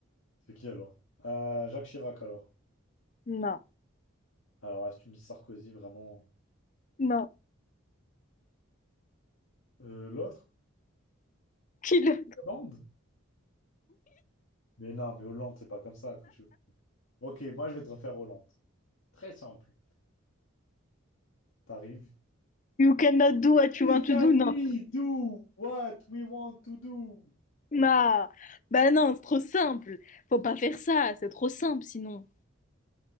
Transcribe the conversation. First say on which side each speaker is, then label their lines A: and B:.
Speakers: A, on the left; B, on the left.
A: C'est qui alors? Euh, Jacques Chirac alors.
B: Non,
A: Alors là, si tu me dis Sarkozy, vraiment.
B: non.
A: Euh, l'autre?
B: Kill.
A: Hollande? Mais non, mais Hollande, c'est pas comme ça que tu. Ok, moi je vais te refaire Hollande. Très simple. T'arrives.
B: You cannot do what
A: We
B: you want
A: can
B: to do, non.
A: we do what we want to do.
B: Non, bah non, c'est trop simple. Faut pas faire ça, c'est trop simple sinon.